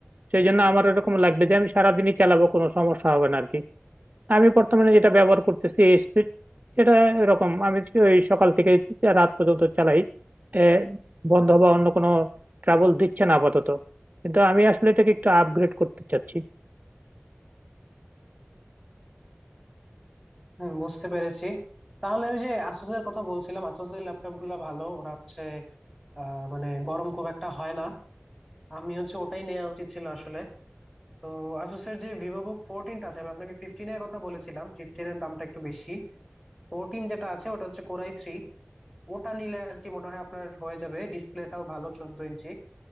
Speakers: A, on the right; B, in the centre.
A: সেই জন্য আমার এরকম লাগবে যে আমি সারাদিনই চালাবো কোনো সমস্যা হবে না আর কি আমি বর্তমানে যেটা ব্যবহার করতেছি স্পিড সেটা এরকম আমি ওই সকাল থেকে রাত পর্যন্ত চালাই এ, বন্ধ বা অন্য কোনো ট্রাবল দিচ্ছে না আপাতত কিন্তু আমি আসলে এটাকে একটু আপগ্রেড করতে চাচ্ছি
B: হম বুঝতে পেরেছি তাহলে ওই যে আসুসের কথা বলছিলাম আসুসের ল্যাপটপ গুলো ভালো ওরা হচ্ছে আহ মানে গরম খুব একটা হয় না আমি হচ্ছে ওটাই নেওয়া উচিত ছিল আসলে তো আসুসের যে ভিভো বুক ফোরটিনটা আছে আমি আপনাকে ফিফটিনের কথা বলেছিলাম ফিফটিনের দামটা একটু বেশি ফোরটিন যেটা আছে ওটা হচ্ছে কোরাই থ্রি ওটা নিলে আর কি মনে হয় আপনার হয়ে যাবে ডিসপ্লেটাও ভালো চোদ্দ ইঞ্চি